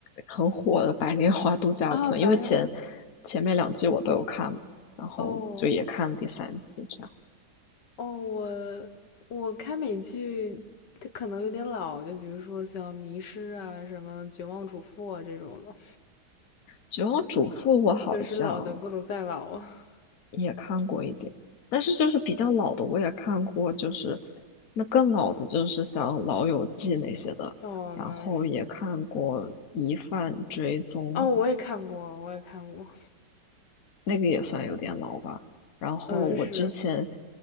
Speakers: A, on the left; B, on the left.
A: 很火的《白莲花度假村》，
B: 啊 <laughs>，白羊
A: 因为前前面两季我都有看嘛，然后就也看了第三季，
B: 哦
A: 这样。
B: 哦，我我看美剧它可能有点老，就比如说像《迷失》啊、什么《绝望主妇》啊这种的。
A: 《绝望主妇》我好像
B: 就是老的不能再老啊。<laughs>
A: 也看过一点，但是就是比较老的我也看过，就是那更老的，就是像《老友记》那些的，
B: 哦，
A: 然后也看过《疑犯追踪》，
B: 那哦，我也看过，我也看过。
A: 那个也算有点老吧。然后我之前
B: 嗯，是